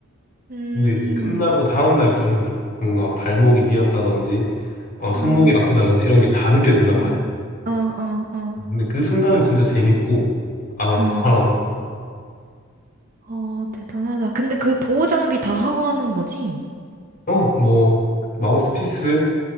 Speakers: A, on the right; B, on the left.
A: 음,
B: 근데 이제 끝나고 다음 날이 좀 힘들어. 뭔가 발목이 삐었다든지 어, 손목이
A: 아,
B: 아프다든지 이런 게 다 느껴진단
A: 어,
B: 말이야.
A: 어, 어, 어.
B: 근데 그 순간은 진짜 재밌고 안 아파
A: 응.
B: 하나도.
A: 어, 대단하다. 근데 그 보호 장비 다 하고 하는 거지?
B: 어 뭐 마우스피스